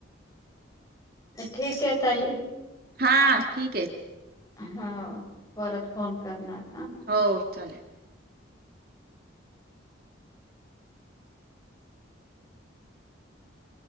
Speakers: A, on the left; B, on the right.
A: ठीक आहे तई.
B: हा ठीक आहे.
A: हा परत फोन करणार हा.
B: हो चालेल.